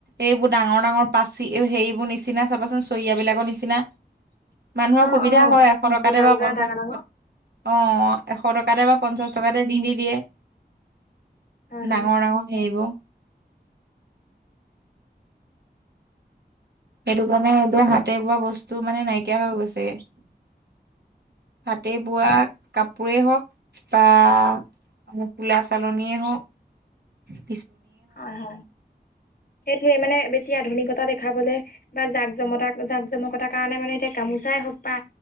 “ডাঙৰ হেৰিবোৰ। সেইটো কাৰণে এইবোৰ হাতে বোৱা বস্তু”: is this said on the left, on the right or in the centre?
Right